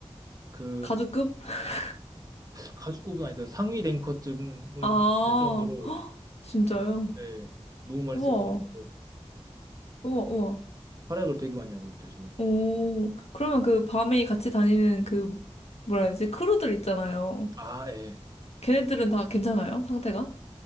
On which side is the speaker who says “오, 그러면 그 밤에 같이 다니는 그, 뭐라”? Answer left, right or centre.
Left